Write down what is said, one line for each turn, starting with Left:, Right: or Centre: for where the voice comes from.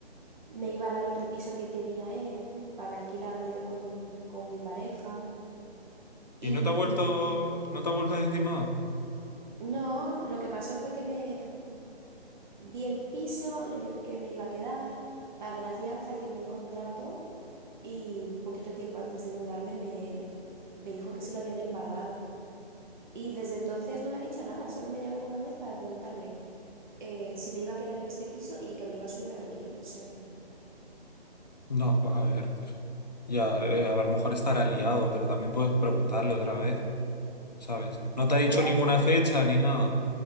Right: me iba a dar otro piso que tenía él para alquilarlo yo con, con mi pareja.
Left: Y
Right: Y
Left: no te ha vuelto,
Right: f-
Left: no te ha vuelto a decir nada.
Right: no, lo que pasó fue que me vi el piso, le dije que me iba a quedar, pagué la fianza, firmé el contrato y un poquito tiempo antes de mudarme me, me dijo que se lo habían embargado. Y desde entonces no me ha dicho nada, solo me llamó una vez para preguntarme eh, si me iba a quedar en este piso y que me iba a subir el alquiler. O sea que
Left: No, a ver, ya, eh, a lo mejor estará liado, pero también puedes preguntarle otra vez, ¿sabes? No te ha dicho
Right: voy a...
Left: ninguna fecha ni nada.